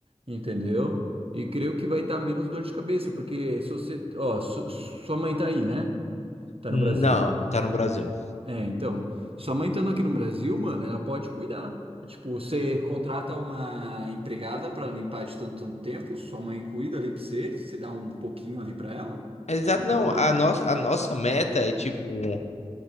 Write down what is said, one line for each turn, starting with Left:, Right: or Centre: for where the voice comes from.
Right: entendeu? E creio que vai estar menos dor de cabeça, porque se você. Ó, su- sua mãe tá aí, né? Tá
Left: Não,
Right: no Brasil.
Left: tá no Brasil.
Right: É, então. Sua mãe estando aqui no Brasil, mano, ela pode cuidar. É, Tipo, você contrata uma empregada pra limpar de tanto, tanto tempo, sua mãe cuida ali pra você, você dá um pouquinho ali pra ela,
Left: Exato,
Right: entendeu?
Left: não. A nossa, a nossa meta é tipo